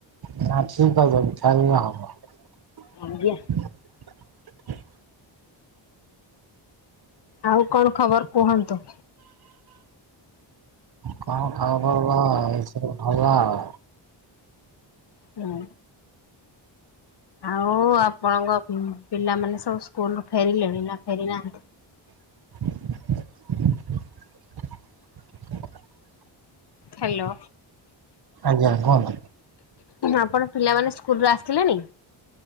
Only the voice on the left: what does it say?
ଆଜ୍ଞା।
ଆଉ କଣ ଖବର କୁହନ୍ତୁ?
ହୁଁ। ଆଉ ଆପଣଙ୍କ ପିଲାମାନେ ସବୁ ସ୍କୁଲରୁୁ ଫେରିଲେଣି ନା ଫେରି ନାହାନ୍ତି?
ହ୍ୟାଲୋ।
ଆପଣ ପିଲାମାନେ ସ୍କୁଲ ରୁ ଆସିଲେଣିି?